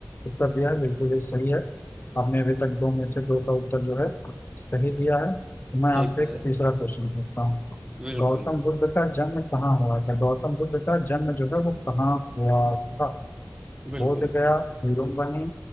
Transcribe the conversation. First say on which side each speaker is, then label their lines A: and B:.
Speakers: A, on the left; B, on the right.
A: उत्तर दिया है बिल्कुल ही सही है आपने अभी तक दो में से दो का उत्तर जो है सही दिया है तो मैं
B: ठीक
A: आपसे
B: है
A: एक तीसरा क्वेश्चन पूछता हूँ
B: बिल्कुल
A: गौतम बुद्ध का जन्म कहाँ हुआ था गौतम बुद्ध का जन्म जो है वो कहाँ हुआ था
B: बिल्कुल
A: बोध गया लुम्बिनी